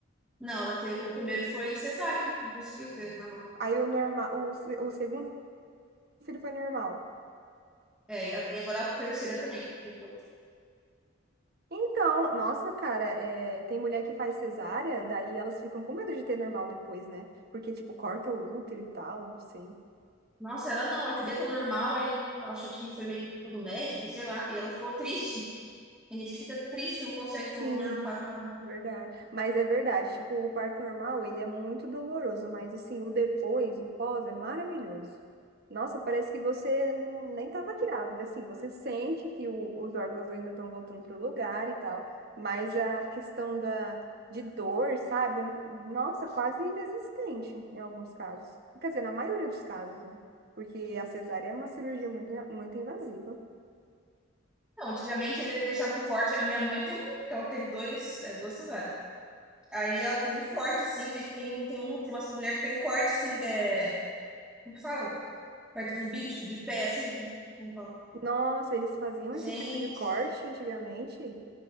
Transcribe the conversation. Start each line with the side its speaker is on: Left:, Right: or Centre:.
Centre: Não, ela te, o primeiro foi cesárea. Não conseguiu ter, né?
Right: Aí o normal, o, se- o segundo filho foi normal.
Centre: É, e a- e agora a terceira também. Tipo,
Right: Então, nossa, cara, é, tem mulher que faz cesárea, e daí elas ficam com medo de ter normal depois, né? Porque, tipo, corta o útero e tal, eu não sei.
Centre: Nossa, ela não, ela queria ter o normal, aí acho que foi meio que culpa do médico, sei lá, e ela ficou triste. Tem gente que fica triste que não consegue
Right: Sim,
Centre: ter o normal. parto normal.
Right: verdade. Mas é verdade, tipo, o parto normal, ele é muito doloroso, mas assim, o depois, o pós é maravilhoso. Nossa, parece que você não- nem estava grávida, assim, você sente que o- os órgãos ainda estão voltando pro lugar e tal, mas a questão da de dor, sabe? Nossa, quase inexistente em alguns casos. Quer dizer, na maioria dos casos, né? Porque a cesárea é uma cirurgia muito, muito invasiva.
Centre: Não, antigamente ainda eles deixavam um corte. A minha mãe tem um, que ela teve dois, é, duas cesáreas. Aí ela tem um corte, assim, tem, tem um, tem um, tem umas mulheres que tem um corte, assim, é, como que fala? Perto do umbigo, tipo, de pé, assim, como como fala?
Right: Nossa, eles faziam esse
Centre: Gente,
Right: tipo de corte antigamente.